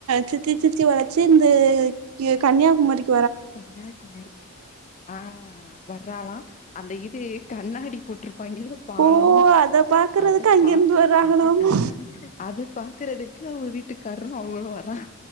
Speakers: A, on the right (about 75°); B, on the left (about 35°).
A: சுத்தி சுத்தி வளச்சு இந்த யோ கன்னியாகுமரிக்
B: கன்னியாகுமரிக்கு ஆ வர்றாலா அந்த இது கண்ணாடி பொட் பயங்கிர பாலோ
A: ஓ அத பாக்குறதுக்கு
B: அத
A: அங்கிருந்து
B: பாக்க
A: வராங்களாமா
B: அத ம் அது பாக்குறதுக்கு அவுங்க வீட்டுக்காரரு அவளு வரா